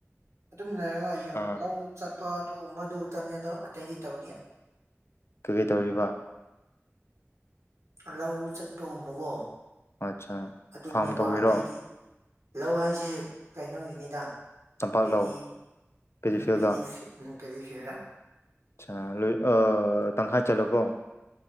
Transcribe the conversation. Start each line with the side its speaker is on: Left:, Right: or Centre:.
Right: ꯑꯗꯨꯝ ꯂꯩꯔꯒ
Left: ꯑꯥ
Right: ꯂꯧ ꯆꯠꯄ ꯑꯗꯨꯒꯨꯝꯕꯗꯨ ꯇꯅꯤ ꯑꯗꯣ ꯑꯇꯩꯗꯤ ꯇꯧꯗꯦ
Left: ꯀꯩꯀꯩ ꯇꯧꯔꯤꯕ
Right: ꯑ ꯂꯧ ꯆꯠꯄꯒꯨꯝꯕꯀꯣ
Left: ꯑꯠꯆꯥ
Right: ꯑꯗꯨꯅꯦꯕ
Left: ꯐꯥꯔꯝ ꯇꯧꯕꯤꯔꯣ
Right: ꯑꯇꯩꯗꯤ ꯂꯧ ꯍꯥꯏꯁꯦ ꯀꯩꯅꯣꯒꯤꯅꯤꯗ
Left: ꯇꯝꯄꯥꯛ
Right: ꯄꯦꯗꯤ
Left: ꯂꯧ ꯀꯦꯖꯤꯐꯤꯜꯗ
Right: ꯎꯝ ꯄꯦꯗꯤ ꯎꯝ ꯄꯦꯗꯤ ꯐꯤꯜꯗ
Left: ꯑꯠꯁꯥ ꯂꯣꯏ ꯑꯥ ꯇꯪꯈꯥꯏ ꯆꯜꯂꯕꯣ